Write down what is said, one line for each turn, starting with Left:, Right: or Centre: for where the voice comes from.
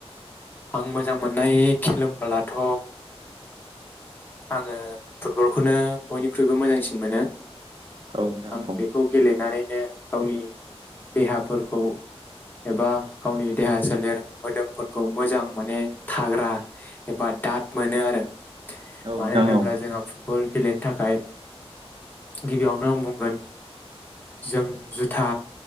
Left: आं मोजां मोननाय खिलोमब्लाथ' आङो फुटबलखौनो बयनिख्रुइबो मोजांसिन मोनो।
Right: औ नोंथां
Left: आं
Right: औ
Left: बेखौ गेलेनानैनो गावनि देहाफोरखौ एबा गावनि देहा सोलेर मोदोमफोरखौ मोजां माने थाग्रा एबा दाद मोनो आरो।
Right: औ नोंथां
Left: मानो होनोब्ला
Right: औ
Left: जोंहा फुट बल गेलेनो थाखाय गिबियावनो आं बुंगोन जों जुथा